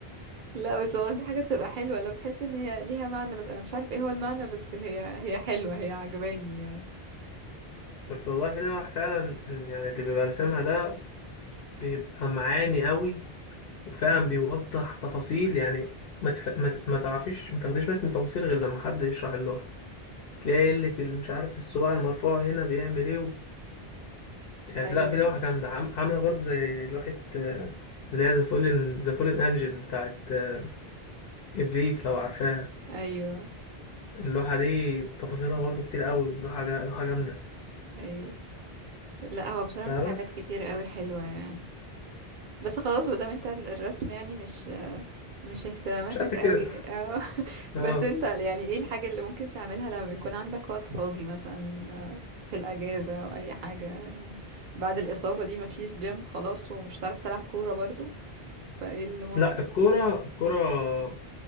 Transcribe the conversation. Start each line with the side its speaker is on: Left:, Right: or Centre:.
Right: لا بس والله في حاجة بتبقى حلوة لو بتحس ان هي ليها معنى بس انا مش عارف ايه هو المعنى بس هي هي حلوة هي عجباني يعني
Left: بس والله في لوح فعلا يعني اللي بيبقى راسمها ده بيبقى معاني أوي وفعلا
Right: مم.
Left: بيوضح تفاصيل يعني ما تف... ما, ت... ما تعرفيش ما تاخديش بالك من التفاصيل غير لما حد يشرح اللوحة تلاقي يقول لك ال- مش عارف الصباع المرفوع هنا بيعمل ايه و... يعني
Right: ايوه
Left: لا في لوح جامدة عام... عاملة برضه زي لوحة آه، اللي هي ذا فولن ذا فولن انجل بتاعت آه، ابليس لو عارفاها
Right: ايوه
Left: اللوحة دي تفاصيلها برضو كتير قوي ولوحة جا... لوحة جامدة
Right: ايوه ايوه لا هو بصراحة
Left: آه
Right: في حاجات
Left: بس
Right: كتير قوي حلوة يعني بس خلاص مادام انت ال- الرسم يعني مش مش اهتماماتك
Left: مش قد كده
Right: قوي اه <laughs>
Left: اه
Right: بس انت يعني ايه الحاجة اللي ممكن تعملها لما بيكون عندك وقت فاضي مثلا آه، في الأجازة أو أي حاجة يعني بعد الإصابة دي مفيش جيم خلاص ومش هتعرف تلعب كورة برضو فايه اللي ممكن
Left: لا الكورة الكورة